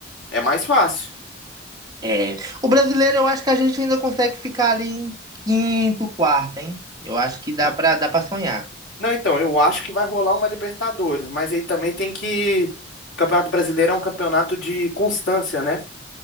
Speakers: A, on the left; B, on the right.
A: é mais fácil.
B: É. O brasileiro, eu acho que a gente ainda consegue ficar ali em quinto, quarto, hein? Eu acho que dá pra, dá pra sonhar.
A: Não, então, eu acho que vai rolar uma Libertadores, mas aí também tem que. O Campeonato Brasileiro é um campeonato de constância, né?